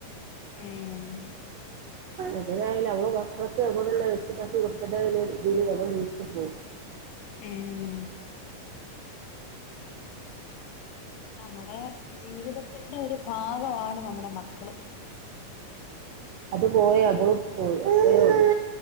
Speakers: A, on the left (about 75°); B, on the right (about 80°).
A: ഉം
B: എതിനായാലും അവള് മൊത്തത്തിൽ അവടെല്ലാം വെച്ചിട്ടാക്കി കുടുക്ക രീതിയി അവൾ ജീയിച്ചു പോവും
A: ഉം നമ്മടെ ജീവിതത്തിന്റെ ഒരു ഭാഗമാണ് നമ്മുടെ മക്കള്
B: അത് പോയ അവളും പോയി അത്ര ഒള്ളു